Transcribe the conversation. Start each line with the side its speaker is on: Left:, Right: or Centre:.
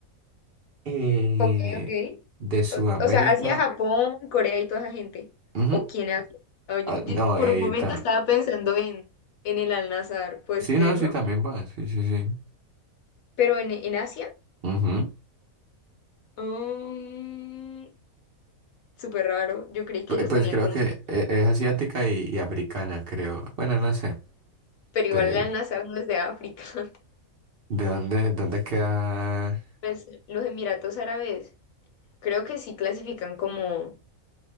Right: Eh,
Left: Ok, ok.
Right: de Sudamérica,
Left: O, o sea, Asia, Japón, Corea y toda esa gente.
Right: ujú,
Left: ¿O quién hace? Ah, yo-
Right: ah,
Left: yo
Right: no,
Left: por
Right: eh,
Left: un momento
Right: ta-
Left: estaba pensando en, en el Al-Nazar, ¿puedes
Right: sí,
Left: creerlo?
Right: no, sí, también va, sí, sí, sí.
Left: Pero en, en Asia,
Right: Ujú.
Left: mm, súper raro. Yo creí que
Right: Pu-
Left: ellos
Right: Pues
Left: tenían
Right: creo
Left: como...
Right: que e-
Left: una-
Right: es asiática y, y africana, creo. Bueno, no sé.
Left: Pero igual
Right: ¿De,
Left: el Al-Nazar no es de África. <laughs>
Right: de dónde, dónde queda?
Left: Pues los Emiratos Árabes creo que sí clasifican como